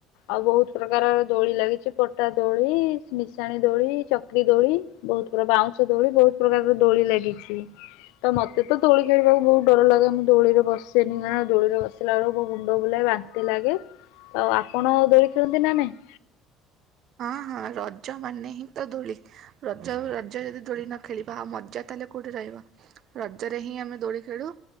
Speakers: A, on the left; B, on the right.
A: ଆଉ ବହୁତ ପ୍ରକାରର ଦୋଳି ଲାଗିଛି ପଟା ଦୋଳି ନିଶାଣି ଦୋଳି ଚକ୍ରି ଦୋଳି। ବହୁତ ପ୍ରକାର ବାଉଁଶ ଦୋଳି ବହୁତ ପ୍ରକାର ଦୋଳି ଲାଗିଛି। ତ ମୋତେ ଦୋଳି ଖେଳିବାକୁ ବହୁତ ଡର ଲାଗେ ମୁଁ ଦୋଳିରେ ବସେନି କାଁଣ ଦୋଳିରେ ବସିଲା ବେଳକୁ ମୁୁଣ୍ଡ ବୁଲାଏ ବା ଲାଗେ ଆଉ ଆପଣ ଦୋଳି ଖେଳନ୍ତି ନା ନାଇଁ?
B: ହଁ ହଁ ରଜ ମାନେ ହିଁ ତ ଦୋଳି। ରଜ ରଜ ଯଦି ଦୋଳି ନ ଖେଳିବ ଆଉ ମଜା ତାହେଲେ କୋଉଠି ରହିବ। ରଜରେ ହିଁ ଆମେ ଦୋଳି ଖେଳୁ।